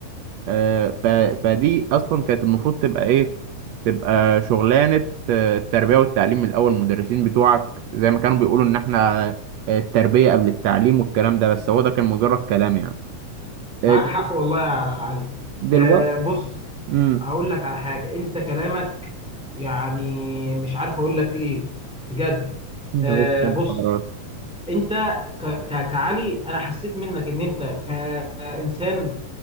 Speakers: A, on the right; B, in the centre.
A: آه، ف... فدي اصلا كانت المفروض تبقى ايه تبقى شغلانه آه، التربيه والتعليم من الاول المدرسين بتوعك زي ما كانوا بيقولوا ان احنا آه، التربيه قبل التعليم والكلام ده بس هو ده كان مجرد كلام يعني
B: معاك
A: آه،
B: حق والله يا علي
A: دلوقتي
B: آه بص
A: امم
B: هقول لك على حاجة انت كلامك يعني مش عارف اقول لك ايه بجد
A: يا
B: آه
A: باشا انت
B: بص
A: عبارات
B: انت ك ك كعلي انا حسيت منك ان انت كإنسان